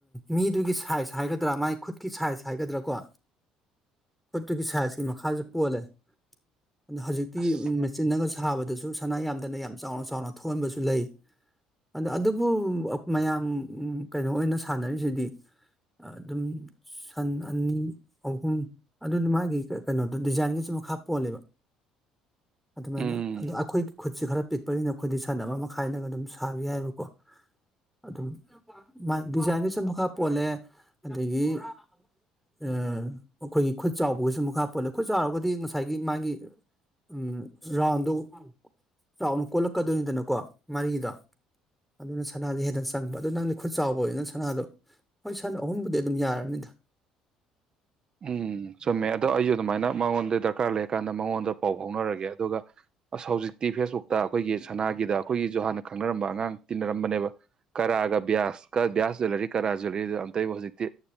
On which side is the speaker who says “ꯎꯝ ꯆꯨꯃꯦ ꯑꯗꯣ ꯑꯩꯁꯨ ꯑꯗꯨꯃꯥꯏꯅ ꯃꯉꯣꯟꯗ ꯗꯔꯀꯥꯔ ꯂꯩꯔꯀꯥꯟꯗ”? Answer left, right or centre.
Right